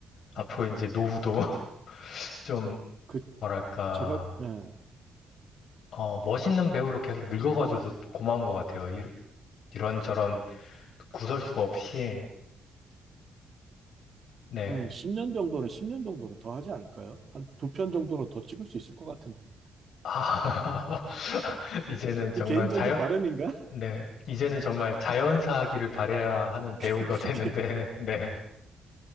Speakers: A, on the left (about 65°); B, on the right (about 45°).
A: 앞으로
B: 음.
A: 이제 노후도 <laughs> 좀
B: 그
A: 뭐랄까,
B: 제가 예,
A: 어, 멋있는 배우로 계속 늙어가줘서 고마운 것 같아요. 이, 런저런 구설수가 없이, 네.
B: 한 10년 정도는 10년 정도는 더 하지 않을까요? 한 두 편 정도는 더 찍을 수 있을 것 같은데.
A: 아, <laughs> 이제는 정말
B: 개인적인
A: 자연,
B: 바람인가?
A: 네. 이제는 정말 자연사하기를 바래야 하는 배우가
B: <laughs> 그렇게
A: 되는데, <laughs> 네.